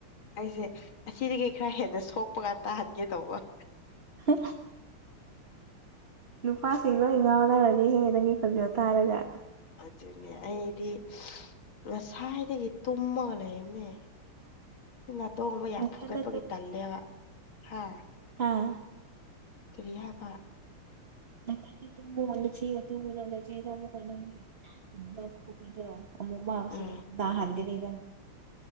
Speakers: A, on the left; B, on the right.
A: ꯑꯩꯁꯦ ꯑꯁꯤꯗꯒꯤ ꯈꯔ ꯍꯦꯟꯅ ꯁꯣꯛꯄ ꯀꯥꯟ ꯇꯥꯍꯟꯒꯦ ꯇꯧꯕ
B: ꯍ ꯅꯨꯄꯥꯁꯤꯡ ꯂꯣꯏ ꯉꯥꯎꯅꯔꯗꯤꯍꯦ ꯅꯪꯒꯤ ꯐꯖꯣ ꯇꯥꯔꯒ
A: ꯑꯗꯨꯅꯦ ꯑꯩꯗꯤ ꯉꯁꯥꯏꯗꯒꯤ ꯇꯨꯝꯃꯒ ꯂꯩꯕꯅꯦ ꯅꯥꯇꯣꯡꯕ ꯌꯥꯝ
B: ꯅꯊꯟꯗ
A: ꯐꯨꯝꯒꯠꯄꯒꯤ ꯇꯜꯂꯦꯕ ꯍꯥ
B: ꯑꯥ
A: ꯀꯔꯤ ꯍꯥꯏꯕ
B: ꯅ ꯐ ꯇꯃꯟꯅꯣ ꯇꯃ ꯂꯅꯃ ꯀꯟꯅꯣ ꯈꯨꯗꯃꯛ ꯃꯥ
A: ꯎꯝ
B: ꯗꯗꯥ ꯍꯥꯜꯒꯅꯤ ꯊ